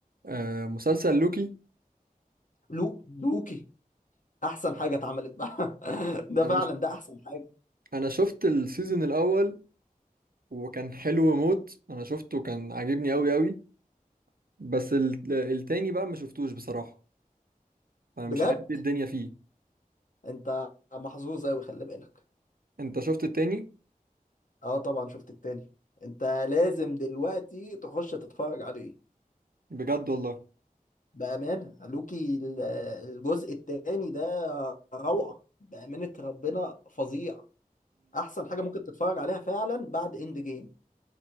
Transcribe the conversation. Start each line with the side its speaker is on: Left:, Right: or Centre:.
Right: آه مسلسل لوكي
Left: لو لوكي احسن حاجه اتعملت بقى <laughs> ده
Right: انا
Left: فعلا
Right: ش...
Left: ده احسن حاجه
Right: انا شفت السيزون الاول وكان حلو موت انا شفته كان عاجبني اوي اوي بس ال... التاني بقى ما شفتوش بصراحة فمش
Left: بجد
Right: عارف ايه الدنيا فيه
Left: انت محظوظ قوي خلي بالك
Right: انت شفت التاني
Left: اه طبعا شفت التاني انت لازم دلوقتي تخش تتفرج عليه
Right: بجد والله
Left: بامانه لوكي ال- الجزء التاني ده روعه بامانه ربنا فظيع احسن حاجه ممكن تتفرج عليها فعلا بعد اند جيم